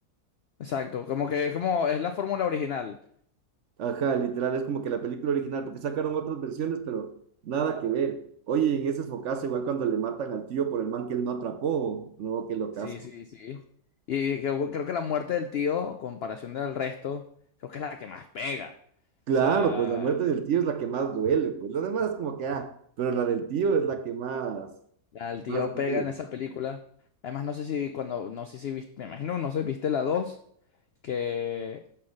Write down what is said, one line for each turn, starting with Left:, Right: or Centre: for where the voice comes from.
Left: Exacto, como que es como es la fórmula original.
Right: Ajá, literal, es como que la película original, porque sacaron otras versiones, pero nada que ver. Oye, en ese focazo, igual cuando le matan al tío por el man que él no atrapó, no, qué locazo.
Left: Sí, sí, sí. Y creo, creo que la muerte del tío, comparación del resto, creo que es la que más pega. O
Right: Claro,
Left: sea,
Right: pues la muerte del tío es la que más duele, pues lo demás es como que, ah, pero la del tío es la que más,
Left: Al tío
Right: más duele.
Left: pega en esa película. Además, no sé si cuando, no sé si viste, me imagino, no sé, viste la 2 que